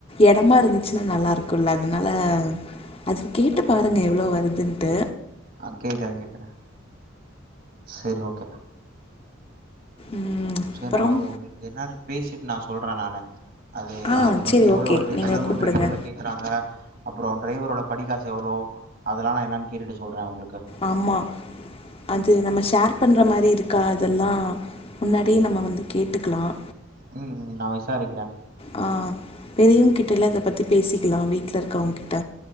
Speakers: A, on the left; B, on the right.
A: இடமா இருந்துச்சுன்னா நல்லா இரு ம்ல்ல அதுனால அ அது கேட்டு பாருங்க எவ்ளோ வருதுன்னட்டு
B: ஆ கேக்றேன் கேக்றேன் செரி ஓகே
A: ம்
B: சரி
A: அப்புறம்
B: நாவது உங்களுக்கு என்னானு பேசி நா சொல்றே நானு அது
A: ஆ
B: அந்த வண்டி
A: சேரி
B: எவ்ளோ
A: ஓகே
B: வருது
A: நீங்க
B: கிலோமீட்ருக்கு
A: கூப்புடுங்க
B: எவ்ளோ கேக்குறாங்க அப்பறம் டிரைவரோட படிகாசு எவ்ளோ அதெலாம் என்னனு கேட்டு சொல்றேன் உங்களுக்கு
A: ஆமா அது நம்ம ஷேர் பண்ற மாரி இருக்கா அதலாம் முன்னாடியே நம்ம வந்து கேட்டுக்கலாம்
B: உம் நா விசாரிக்றேன்
A: ஆ பெரியவங்க கிட்ட இல்ல இத பத்தி பேசிக் லாம் வீட்ல இருக்கவங்க கிட்ட